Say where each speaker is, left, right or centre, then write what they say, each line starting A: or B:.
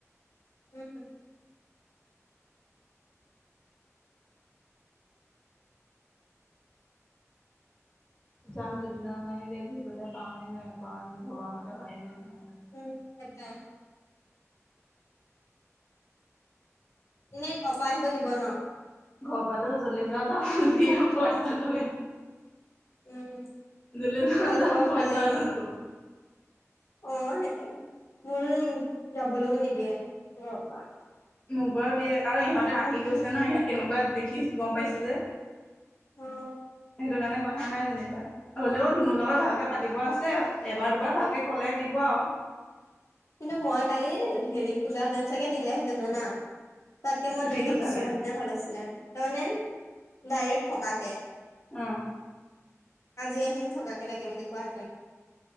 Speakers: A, on the left; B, on the left.
A: উম।
B: যাম দুদিনৰ কাৰণে এতিয়া ঘুৰিবলৈ পাওঁৱে নে নোপাওঁৱে ভবা মতে হয়ে নে নহয়। নাজানো।
A: উম আটা এনে ঘৰ পা আহিব দিব ন?
B: ঘৰ পৰাটো য'লে যাৱ যা বুলিয়ে পইচাটোৱে
A: উম
B: ল'লে যাৱ
A: তোমালোকৰ
B: যা,
A: বাৰু
B: পইচাৰ
A: ভালেই
B: কথা ন'কবি
A: অ' সেইটো, মোৰো যাবলৈও নিদিয়ে ঘৰৰ পা।
B: মোক বাৰু দিয়ে আৰু ইহঁতে আহি গৈছে ন, ইহঁত কেনেকুৱা দেখি গম পাইছে যে।
A: উম।
B: সেইটো কাৰণে কথা নাই যেনিবা হ'লেও ধুনুৰ লগত ভালকে পাতিব আছে, এবাৰ দুবাৰ ভালকে কলে দিব আৰু। <inaudible>
A: কিন্তু মই কালি হেৰি খোজাহেঁতেন চাগে দিলেহেঁতেন জানা। তাতকে মই
B: ছুটি
A: তেনেকে
B: খোজাহেঁতেন
A: গুচি অহা হেঁতেনে ভাল আছিলে, তাৰমানে ডাইৰেক্ট থকাকে।
B: অ'।
A: আজি আহিম থকাকে লাগে বুলি কোৱাহেঁতেন।